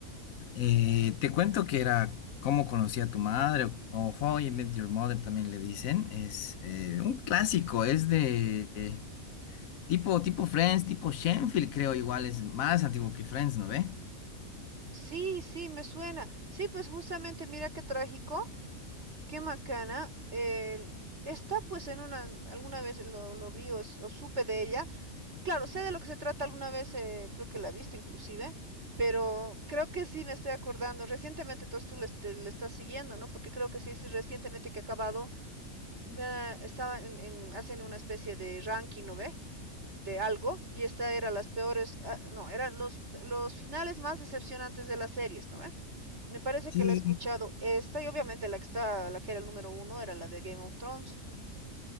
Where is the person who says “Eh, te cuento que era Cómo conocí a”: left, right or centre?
Left